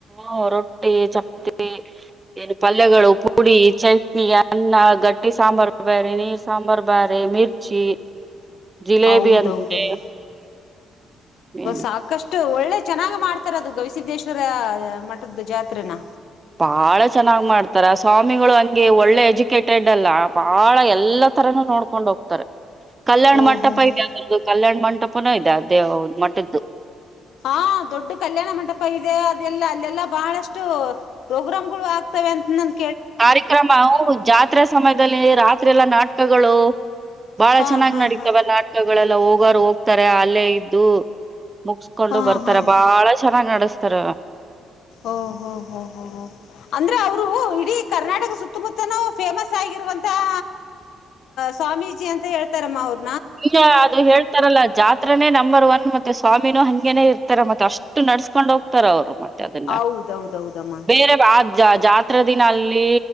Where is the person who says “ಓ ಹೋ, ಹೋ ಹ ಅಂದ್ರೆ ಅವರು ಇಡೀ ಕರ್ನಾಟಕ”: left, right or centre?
Left